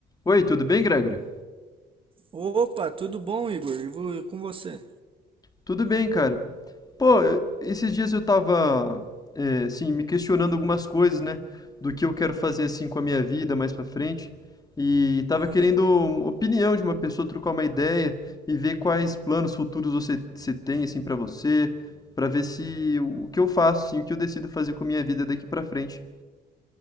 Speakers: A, on the left; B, on the right.
A: Oi, tudo bem, Gregory?
B: Opa, tudo bom, Igor? E vo- com você?
A: Tudo bem, cara. Pô, esses dias eu tava, é, assim, me questionando algumas coisas, né? Do que eu quero fazer, assim, com a minha vida mais pra frente. E tava querendo
B: Hum.
A: uma opinião de uma pessoa, trocar uma ideia e ver quais planos futuros você, você tem, assim, pra você, pra ver se o que eu faço, assim, o que eu decido fazer com a minha vida daqui pra frente.